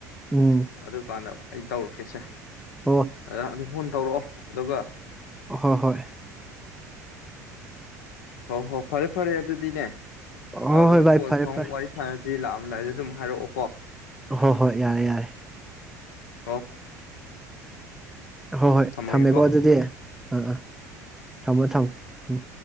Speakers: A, in the centre; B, on the left.
A: ꯎꯝ
B: ꯑꯗꯨ ꯄꯥꯟꯅꯧ ꯑꯩ ꯇꯧꯔꯛꯀꯦꯁꯦ꯫
A: ꯑꯣ
B: ꯑꯌꯥ ꯑꯗꯨ ꯐꯣꯟ ꯇꯧꯔꯛꯑꯣ ꯑꯗꯨꯒ
A: ꯍꯣ ꯍꯣꯏ
B: ꯍꯣ ꯍꯣ ꯐꯔꯦ ꯐꯔꯦ ꯑꯗꯨꯗꯤꯅꯦ
A: ꯍꯣꯏ
B: ꯑꯗꯨꯝ
A: ꯍꯣꯏ
B: <unintelligible>
A: ꯚꯥꯏ ꯐꯔꯦ ꯐꯔꯦ
B: ꯋꯥꯔꯤ ꯁꯟꯅ ꯁꯤ ꯂꯥꯛꯑꯝꯗꯥꯏꯗ ꯑꯗꯨꯝ ꯍꯥꯏꯔꯛꯑꯣꯀꯣ꯫
A: ꯍꯣꯏ ꯍꯣꯏ ꯌꯥꯔꯦ ꯌꯥꯔꯦ꯫
B: ꯀꯌꯥ
A: ꯑꯝ ꯍꯣꯏ ꯍꯣꯏ
B: ꯊꯝꯃꯒꯦꯀꯣ
A: ꯊꯝꯃꯦꯀꯣ ꯑꯗꯨꯗꯤ ꯑꯥ ꯑꯥ ꯊꯝꯃꯣ ꯊꯝꯃꯣ ꯎꯝ꯫